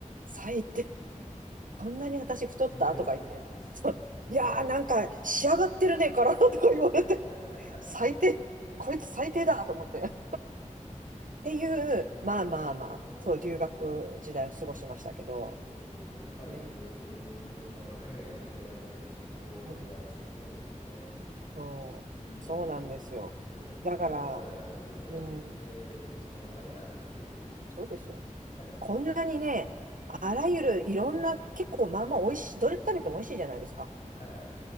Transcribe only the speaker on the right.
最低。こんなに私太ったとか言って。
そういやーなんか仕上がってるね、
体とか言われて。
最低。
こいつ最低だと思って。ていう、
まあまあまあ、
そう、留学時代を過ごしましたけど、
ね、
うん、そう、
そうなんですよ。
だから、
うん、そうですよ。
こんなにね、あらゆるいろんな、結構まあまあ美味しい、どれ食べても美味しいじゃないですか。